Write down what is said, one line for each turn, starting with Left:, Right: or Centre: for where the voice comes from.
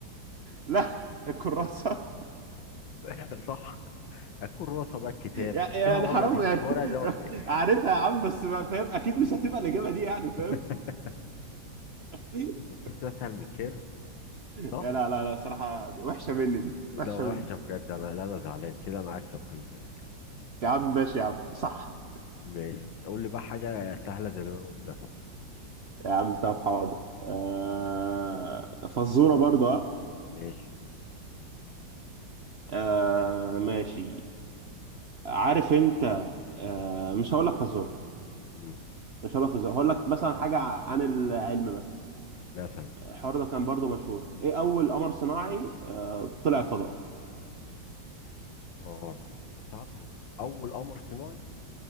Right: لا الكراسة <laughs>
Left: عسل <laughs> صح الكراسة بقى الكتاب
Right: يعني
Left: مش فيها ورقة
Right: حرام
Left: دي مش
Right: يعني
Left: ورقة ده ولا ايه
Right: <laughs> عارفها يا عم بس ما- فاهم اكيد مش هتبقى الاجابة دي يعني فاهم
Left: <laughs>
Right: <laughs>
Left: مفيش اسهل من كده
Right: لا
Left: صح
Right: لا لا صراحة دي وحشة مني دي
Left: لا
Right: وحشة
Left: وحشة
Right: مني
Left: بجد انا لا انا زعلان كده انا هكسب خلي بالك
Right: يا عم ماشي يا عم صح
Left: ماشي قول لي بقى حاجة سهلة زي اللي انا قلتها
Right: يا عم طب حاضر آه فزورة برضه آه
Left: ماشي
Right: آه، ماشي عارف انت آه مش هقول لك فزورة
Left: مم.
Right: مش هقول لك فزورة هقول لك مثلا حاجة عن العلم مثلا
Left: مثلا
Right: الحوار ده كان برضو مشهور ايه اول قمر صناعي آه، طلع الفضاء
Left: اه كنت عارفه اول قمر صناعي